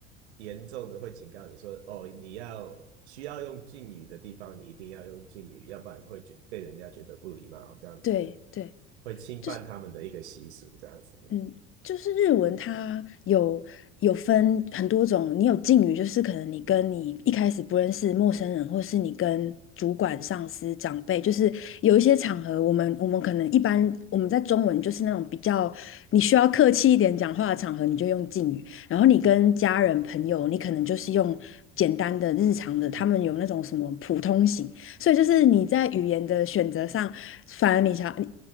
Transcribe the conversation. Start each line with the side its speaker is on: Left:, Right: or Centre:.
Right: 严重的会警告你说，哦，你要需要用敬语的地方，你一定要用敬语，要不然会觉被人家觉得不礼貌，这样子
Left: 对对。
Right: 会侵犯他们的一个习俗，
Left: 就是。
Right: 这样子。
Left: 嗯，就是日文它有有分很多种，你有敬语，就是可能你跟你一开始不认识陌生人，或是你跟主管、上司、长辈，就是有一些场合，我们我们可能一般我们在中文就是那种比较你需要客气一点讲话的场合，你就用敬语，然后你跟家人、朋友，你可能就是用简单的日常的，他们有那种什么普通型。
Right: 嗯嗯，
Left: 所以就是你在语言的选择上，反而你想你